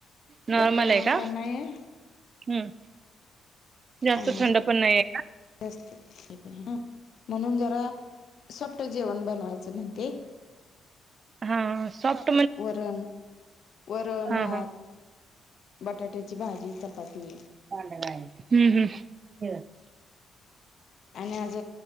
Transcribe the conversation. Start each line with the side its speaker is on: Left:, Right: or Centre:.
Right: नॉर्मल
Left: जास्त
Right: आहे
Left: गरम
Right: का?
Left: पण नाही आहे
Right: हम्म. जास्त
Left: आणि
Right: थंड पण नाहीये.
Left: जास्त हे पण आहे ह म्हणून जरा सॉफ्ट जेवण बनवायचं म्हणते.
Right: हा साॅफ्
Left: वरण, वरण
Right: हा
Left: भात,
Right: हा
Left: ‌बटाट्याची भाजी, चपाती.
Right: हम्म हम्म.
Left: आणि आज